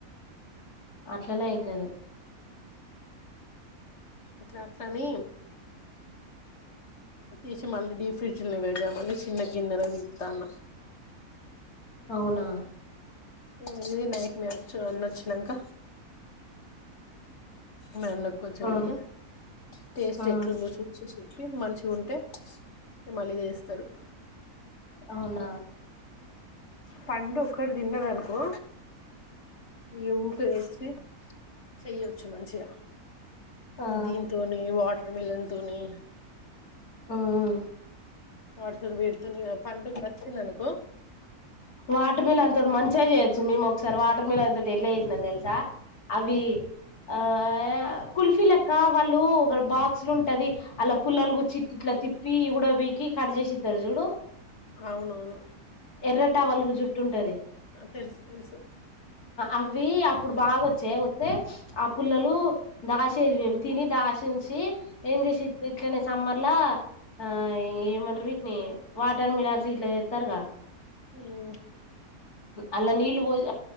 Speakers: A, on the left (about 85°); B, on the left (about 50°).
A: అట్లనే అయితది
B: ఇట్లా అట్లని తీసి మళ్ళీ డీ ఫ్రిజ్లనే పెడదామని చిన్న గిన్నెల తీస్తాన్న
A: అవునా
B: ఏముంది నైట్ మ్యాచ్ అన్న వచ్చినంక మీ అన్న క్కొంచెం
A: ఆ,
B: ఇత్తే టేస్ట్
A: ఆ,
B: ఎట్లుందో చూచి చెప్పి మంచి ఉంటే మళ్ళి చేస్తరు
A: అవునా
B: పండు ఒక్కటి తిన్నాననుకో ఇగ ఊకే తెచ్చి చెయ్యొచ్చు మంచిగా
A: ఆ
B: ఈ దీంతోని వాట్ టర్ మిలన్ తోని
A: ఉమ్.
B: వాటితోని వీటితోని ఇగ పండుకు నచ్చిందనుకో
A: వాటర్ మిలన్ తోటి మంచిగా చేయొచ్చు మేమొకసారి వాట్ మిలాన్ తోటి ఎట్లా చేసినం తెలుసా అవి ఆ య కుల్ఫీ లెక్క వాళ్ళు క్కడ బాక్స్ లుంటది అలా పుల్లలు గుచ్చి ఇట్లా తిప్పి ఊడపీకి కట్ చేసి ఇత్తరు చూడు
B: అవునవును
A: ఎర్ర టవల్ కు జుట్టుంటది
B: తెలుసు తెలుసు
A: అవి అప్పుడు బాగా వచ్చే వతే ఆ పుల్లలు దాచేది మేము తిని దాసుంచి ఏం చేసి ఇట్లనే సమ్మర్లా ఆ ఏమం వీటిని వాటర్ మిలాన్స్ ఇట్లా తెత్తారుగా
B: ఉమ్మ్
A: అళ్ళ నీళ్ళు పోసి